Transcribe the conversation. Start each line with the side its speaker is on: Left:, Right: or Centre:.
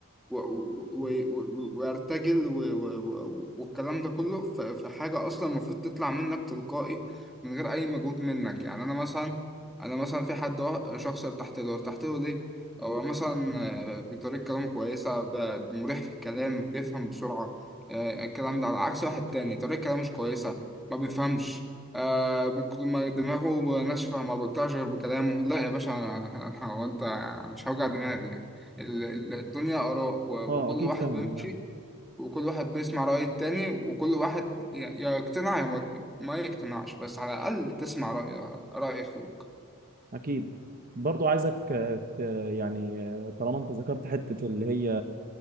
Centre: و- و- و- و- وارتجل و- و- و- والكلام ده كله ف- في حاجة أصلا المفروض تطلع منك تلقائي من غير أي مجهود منك يعني أنا مثلا أنا مثلا في حد وا- شخص ارتحت له ارتحت له ليه؟ هو مثلا آه، بطريقة كلامه كويسة ب- مريح في الكلام بيفهم بسرعة آه، الكلام ده على عكس واحد تاني طريقة كلامه مش كويسة ما بيفهمش آه ممكن- ما دماغه ناشفة ما بيقطعش غير بكلامه لا يا باشا أنا- <laughs> هو أنت مش هوجع دماغي ال- ال- الدنيا آراء و-
Right: اه
Centre: وكل
Right: اكيد
Centre: واحد
Right: فاهم
Centre: بيمشي
Right: اه
Centre: وكل واحد بيسمع رأي التاني وكل واحد ي- يا يقتنع يا ما ما يقتنعش بس على الأقل تسمع رأي رأي أخوك
Right: اكيد برضو عايزك آه، ت- يعني آه، طالما انت ذكرت حتة اللي هي